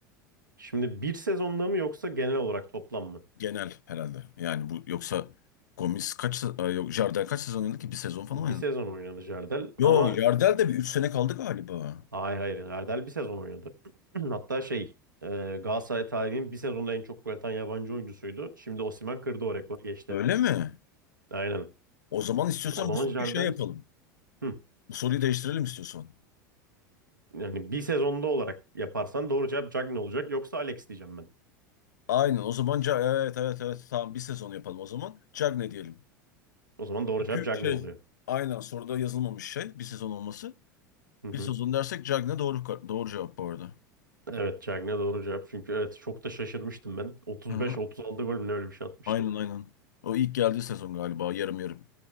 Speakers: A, on the right; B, on the left.
A: Şimdi bir sezonda mı yoksa genel olarak toplam mı?
B: Genel herhalde. Yani bu yoksa Gomis kaç se- e, yok Jardel kaç sezon oynadı ki? Bir sezon falan
A: Bir
B: oynadı.
A: sezon oynadı Jardel
B: Yo
A: ama
B: Jardel de bir 3 sene kaldı galiba.
A: hayır hayır Jardel bir sezon oynadı. <clears throat> Hatta şey e, Galatasaray tarihinin bir sezonda en çok gol atan yabancı oyuncusuydu. Şimdi Osimhen kırdı o rekoru geçti.
B: Öyle mi?
A: Aynen.
B: O zaman istiyorsan
A: O zaman
B: bu soruyu
A: Jardel
B: şey yapalım.
A: Hı.
B: Bu soruyu değiştirelim istiyorsan.
A: Yani bir sezonda olarak yaparsan doğru cevap Cagney olacak. Yoksa Alex diyeceğim ben.
B: Aynen o zaman Ca- evet evet evet tamam bir sezon yapalım o zaman. Cagne diyelim.
A: O zaman doğru
B: Çünkü
A: cevap Cagney
B: şey
A: oluyor.
B: aynen soruda yazılmamış şey bir sezon olması.
A: Hı hı.
B: Bir sezon dersek Cagne doğru ka- doğru cevap bu arada.
A: Evet Cagney doğru cevap. Çünkü evet çok da şaşırmıştım ben. 35-36
B: Hı hı.
A: gol mü ne öyle bir şey atmıştı.
B: Aynen aynen. O ilk geldiği sezon galiba yarım yarım.